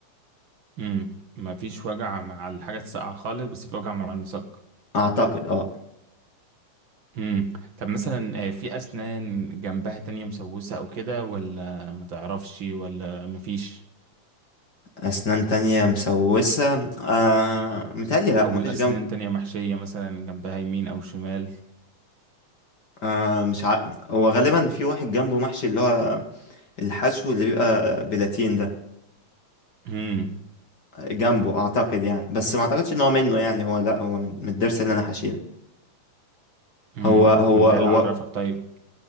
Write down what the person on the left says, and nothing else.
اعتقد اه
اسنان تانية مسوسة آه متهيألي لا
مفيش
جنب
آه مش ع... هو غالبا في واحد جنبه محشي اللي هو الحشو اللي بيبقى بلاتين ده
جنبه اعتقد يعني بس ما اعتقدش ان هو منه يعني هو لا هو من من الضرس اللي انا حشيه
هو هو
هو